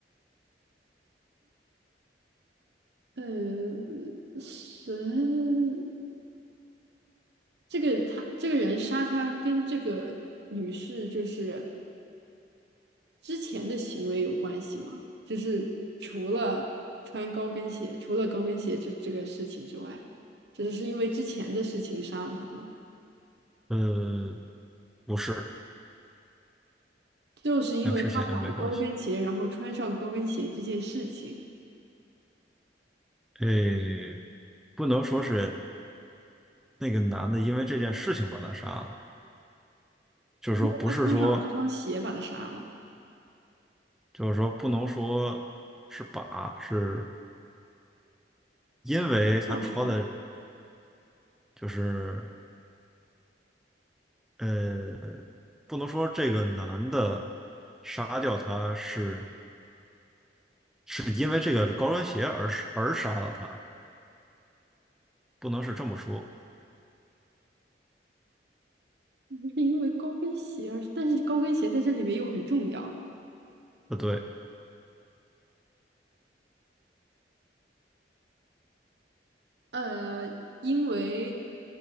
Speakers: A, on the right (about 65°); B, in the centre.
A: 嗯，神，这个他这个人杀他跟这个女士就是。之前的行为有关系吗？就是除了穿高跟鞋，除了高跟鞋这这个事情之外，只是是因为之前的事情杀了他吗？
B: 呃，不是，
A: 就是因为他买高跟鞋，
B: 跟之前没关系。
A: 然后穿上高跟鞋这件事情，
B: 诶，不能说是那个男的因为这件事情把他杀了，就是说不是说，
A: 因为他穿上了这双鞋把他杀了，
B: 就是说不能说是把，是因为他穿的，
A: 做杀
B: 就是呃，不能说这个男的杀掉他是是因为这个高跟鞋而而杀了他，不能是这么说，
A: 不是因为高跟鞋而，是但是高跟鞋在这里面又很重要。
B: 不对。
A: 呃，因为，